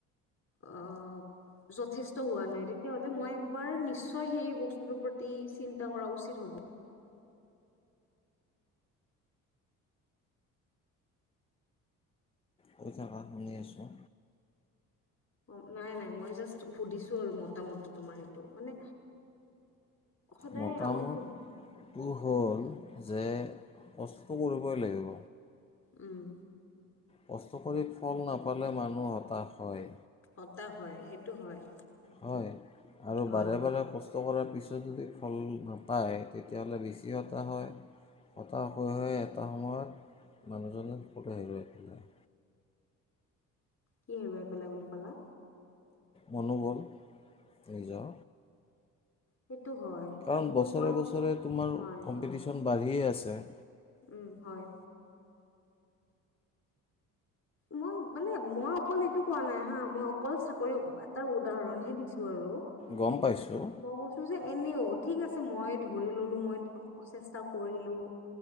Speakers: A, on the left; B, on the left.
A: আহ যথেষ্ট হোৱা নাই, তেতিয়াাহলে মই একবাৰ নিশ্চয় সেই বস্তুটোৰ প্ৰতি চিন্তা কৰা উচিত হ'ব।
B: কৈ থা, শুনি আছোঁ।
A: অ', নাই নাই মই জাষ্ট সুধিছো আৰু মতামতটো তোমাৰ, সেইটো মানে সদায়
B: মতামতটো
A: আমি সু
B: হ'ল
A: উম
B: যে কষ্ট কৰিবই লাগিব।
A: উম।
B: কষ্ট কৰিত ফল নাপালে মানুহ হতাশ হয়।
A: হতাশ হয় সেইটো হয়।
B: হয় আৰু
A: হয়
B: বাৰে
A: হয়
B: বাৰে কষ্ট কৰাত পিছত যদি ফল নাপায় তেতিয়াহ'লে বেছি হতা হয়। হতাশ হৈ হৈ এ এটা সময়ত মানুহজনে বহুত হেৰুৱাই পেলাই।
A: কি হেৰুৱাই পেলা বুলি ক'লা?
B: মনোবল নিজৰ।
A: সেইটো হয়
B: কাৰণ
A: কিন্তু
B: বছৰে
A: মই
B: বছৰে তোমাৰ
A: হয়
B: কম্পিটিশ্যন
A: হয়
B: বাঢ়িয়ে আছে। যে
A: উম হয়। মই মানে মই অকল এইটো কোৱা নাই হা মই অকল চাকৰি এটা উদাহৰণ হে দিছোঁ আৰু।
B: গম পাইছোঁ
A: মই কৈছোঁ যে এনেও ঠিক আছে মই ধৰি ল'লোঁ মই পচেষ্টা কৰিলোঁ